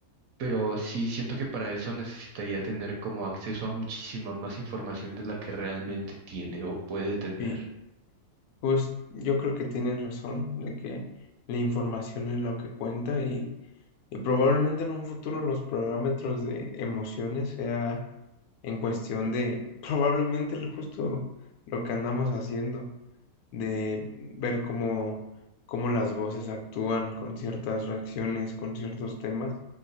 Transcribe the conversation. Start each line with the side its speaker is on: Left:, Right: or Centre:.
Right: pero sí siento que para eso necesitaría tener como acceso a muchísima más información de la que realmente tiene o puede tener.
Left: sí. Pues yo creo que tienes razón de que la información es lo que cuenta y Y probablemente en un futuro los parámetros de emociones sea en cuestión de <laughs> probablemente el justo lo que andamos haciendo, de ver cómo, cómo las voces actúan con ciertas reacciones, con ciertos temas,